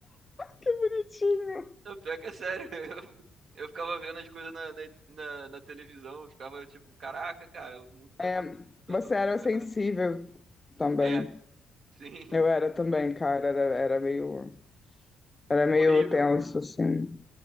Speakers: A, on the left; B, on the right.
A: que bonitinho.
B: Eu, pior que é sério. Eu, eu ficava vendo as coisas na, na, na, na televisão, eu ficava tipo, caraca, cara, o mundo tá
A: É,
B: todo, tá
A: você
B: todo
A: era
B: ferrado.
A: sensível também.
B: É, sim,
A: Eu era também, cara. Era, era meio,
B: <laughs>
A: era meio
B: horrível.
A: tenso, assim.